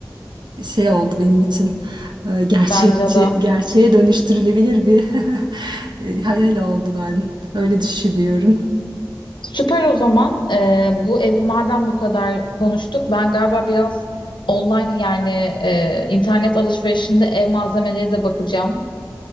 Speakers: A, on the right; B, on the left.
A: e, şey oldu benim için. E, gerçekçi,
B: Bence de.
A: gerçeğe dönüştürülebilir bir <laughs> e, hayal oldu ben. Öyle düşünüyorum.
B: Süper o zaman. Ee, bu evi madem bu kadar konuştuk, ben galiba biraz online yani e, internet alışverişinde ev malzemeleri de bakacağım.